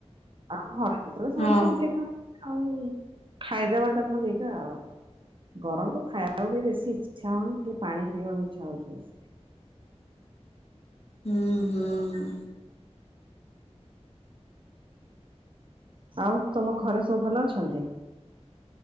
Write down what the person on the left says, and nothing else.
ହଁ
ହୁଁ ହୁଁ।